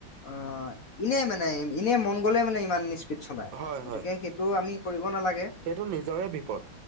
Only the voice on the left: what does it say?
আহ ইনে মানে ইনেই মন গ'লে মানে ইমান স্পীড চলায়
গতিকে
সেইটো আমি কৰিব নালাগে।